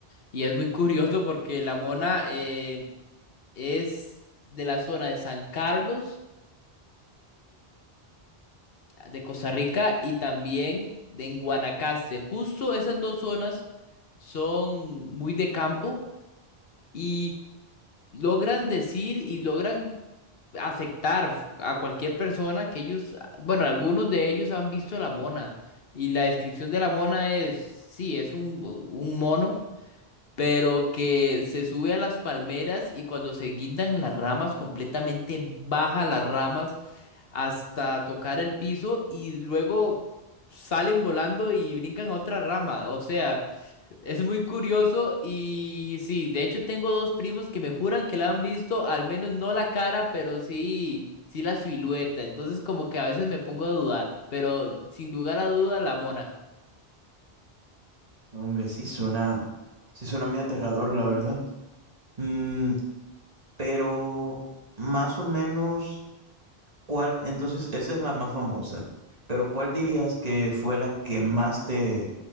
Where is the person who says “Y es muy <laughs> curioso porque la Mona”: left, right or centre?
Left